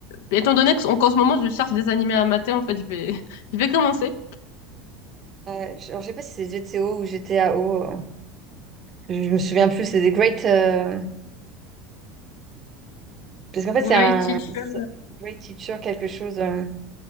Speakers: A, on the left; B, on the right.
A: Étant donné que- qu'en ce moment, je cherche des animés à mater, en fait, je vais, <laughs> je vais commencer.
B: Euh, je, alors, je sais pas si c'est GTO ou GTAO. euh, je, je me souviens plus. C'est des Great. euh, parce qu'en fait,
A: Great
B: c'est un
A: teacher.
B: c'est Great Teacher quelque chose. euh,